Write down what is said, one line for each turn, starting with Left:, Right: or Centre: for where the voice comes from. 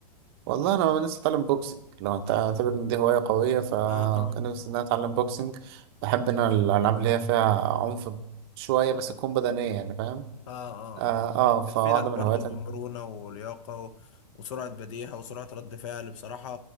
Right: والله انا لسه اتعلم بوكسنج لو انت اعتبر ان دي هواية قوية فكان
Left: اه اه
Right: نفسي ان انا اتعلم بوكسنج بحب ان انا الالعاب اللي هي فيها عنف شوية بس تكون بدنية يعني فاهم
Left: اه اه
Right: اه,
Left: اه
Right: آه
Left: بتفيدك
Right: فواحدة من
Left: برضو
Right: الهوايات
Left: بمرونة ولياقة و... وسرعة بديهة وسرعة رد فعل بصراحة